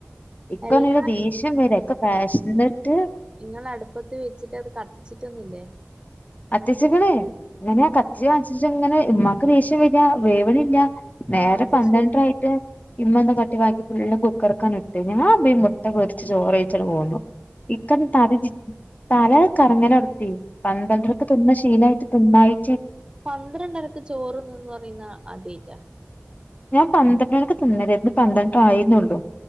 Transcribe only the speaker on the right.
<unintelligible>
ഇങ്ങള അടുപ്പത്ത് വെച്ചിട്ട് അത് കത്തിച്ചിട്ടൊന്നില്ലേ
ആഹ് അത്
ശരി
പന്ത്രണ്ടരക്ക് ചോറന്നന്ന് പറയുന്ന ആദ്യായിറ്റ